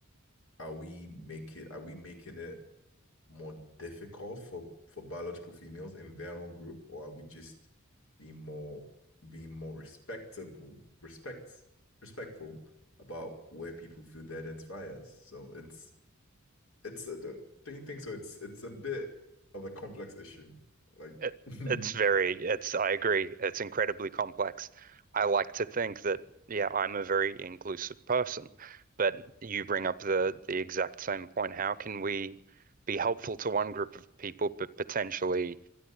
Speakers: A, on the left; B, on the right.
A: are we making are we making it more difficult for for biological females in their own group, or are we just being more being more respectable respect respectful about where people feel they identify as? So it's it's a, the- don't you think so? It's it's a bit of a complex issue. Like,
B: It,
A: <laughs> yeah,
B: it's very, it's, I agree, it's incredibly complex. I like to think that, yeah, I'm a very inclusive person, but you bring up the the exact same point. How can we be helpful to one group of people, but potentially